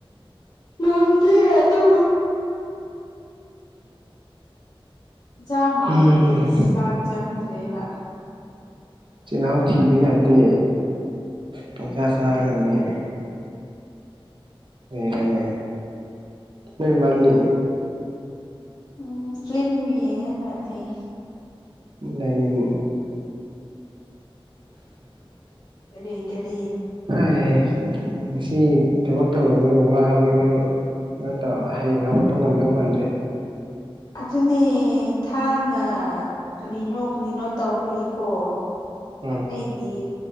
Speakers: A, on the left; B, on the right.
A: ꯅꯝꯗꯦ ꯑꯗꯣ ꯌꯦꯟꯁꯥꯡ ꯍꯥꯎꯇ꯭ꯔꯗꯤ
B: ꯎꯝ
A: ꯆꯥꯛ ꯆꯪꯗ꯭ꯔꯦꯕ
B: ꯆꯂ ꯊꯕ ꯌꯥꯗꯦ ꯄꯨꯡꯁꯥ ꯆꯥꯒꯗꯕꯅꯤ
A: ꯌꯥꯗꯦ
B: ꯔꯅꯦ ꯅꯣꯏ ꯃꯥꯗꯤ
A: ꯎꯝ ꯐꯤꯂꯝꯒꯤꯌꯦꯔ ꯂꯩ
B: ꯑꯥꯏꯃꯤꯟ
A: ꯀꯔꯤ ꯀꯔꯤꯌꯦ
B: ꯍꯥꯏ ꯉꯁꯤ ꯊꯕꯛ ꯇꯧꯔꯨꯕꯒꯤ ꯋꯥꯕꯒꯤ ꯅꯪ ꯑꯗꯨꯠꯇ ꯍꯌꯦꯡ ꯍꯥꯒꯠꯄ ꯉꯝꯗꯧ ꯃꯥꯟꯗ꯭ꯔꯦ
A: ꯑꯗꯨꯅꯦ ꯊꯥꯡꯅ ꯀꯔꯤꯅꯣ ꯀꯔꯤꯅꯣ ꯇꯧꯕꯒꯤ ꯀꯣ
B: ꯎꯝ
A: ꯑꯩꯒꯤ